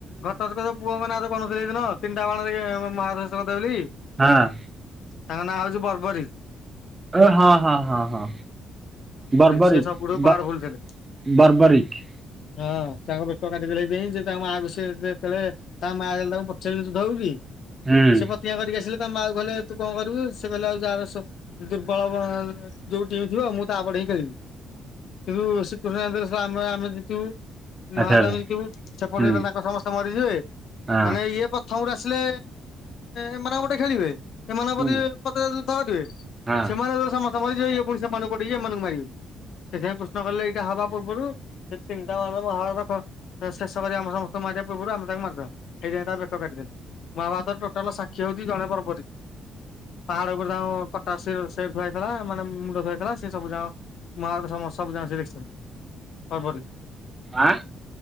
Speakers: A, on the left; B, on the right.
A: ଘଟୋତ୍କଚ ପୁଅ ମାନଙ୍କ କଥା ଯୋଉ କହୁନଥିଲି ହେଈ ଦିନ ତିନିଟା ବାଣରେ କି ମହାଭାରତ ଶେଷ କରିଦେଵେ ବୋଲି।
B: ହଁ।
A: ତାଙ୍କ ନାଁ ହଉଚି ବର୍ବରୀ।
B: ଏ ହଁ ହଁ ହଁ ହଁ ବର୍ବରୀ
A: ସିଏ ସବୁଠୁ ପାୱାରଫୁଲ
B: ବ
A: ଥିଲେ।
B: ବର୍ବରିକ୍।
A: ହଁ ତାଙ୍କ ବେକ କାଟି ଦେଲେ ସେଦ ପାଇଁ ସେ ତାଙ୍କ ମାଆ କୁ ସେ ଯେତେଳେ ତା ମାଆ ଯେତେଳେ ତାଙ୍କୁ ପଚାରିଲେ ତୁ ଦବୁକି?
B: ହୁଁ।
A: ତିଆଁ କରିକି ଆସିଲେ ତା ମା କୁ କହିଲେ ତୁ କଣ କରିବୁ ସେ କହିଲା ଆଉ ଯାରାସ ଦୁର୍ବଳବ ବ ଯୋଉ ଟିମ୍ ଥିବ ମୁଁ ତାପଟ ହିଁ ଖେଳିମି କିନ୍ତୁ କୃଷ୍ଣ <unintelligible> ଆମେ ଆମେ ଜିତିବୁ।
B: ଆଚ୍ଛା
A: ମାଆ
B: ଆଚ୍ଛା
A: ଜାଣିଥିବୁ ସେପଟେ
B: ହୁଁ
A: ଯେତେଲେ ତାଙ୍କ ସମସ୍ତ ମରିଯିବେ
B: ହଁ
A: ମାନେ ଇଏ ପ ଥମରୁ ଆସିଲେ ଏମାନଙ୍କ ପଟେ ଖେଳିବେ। ଏମାନଙ୍କ
B: ହୁଁ
A: ପ୍ରତି ପତି ଯୁଦ୍ଧ କରିବେ
B: ହଁ
A: ସେମାନେ ଯେତେବେଳେ ସମସ୍ତେ ମରି ଜିବେ ଇଏ ପୁଣି ସେମାନଙ୍କୁ ପଠେଇକି ଏମାନଙ୍କୁ ମାରିବେ। ସେଥିପାଇଁ କୃଷ୍ଣ କଲେ ଏଇଟା ହବା ପୂର୍ବରୁ ସେ ତିନିଟା ପାଦ ବାହାରେ ରଖ। ଶେଷ କରି ଆମ ସମସ୍ତଙ୍କୁ ମାରିବା ପୂର୍ବରୁ ଆମେ ତାକୁ ମାରଦେବା ହେଇଥି ପାଇଁ ତା ବେକ କାଟିଦେଲେ। ମାହାଭାତର ଟୋଟାଲ ସାକ୍ଷୀ ହେଉଚି ଜଣେ ବର୍ବରୀ। ପାହାଡ ଉପରେ ତାଙ୍କ କଟା ଶିର ସେଟି ଥୁଆହେଇଥିଲା ମାନେ ମୁଣ୍ଡ ଥୁଆହେଇଥିଲା ସେ ସବୁ ଯାଙ୍କ ମହାଭାରତ ସମ ସବୁ ଜାଙ୍କ ସିଏ ଦେଖିଚନ୍ତି ବର୍ବରୀ।
B: ଆଁ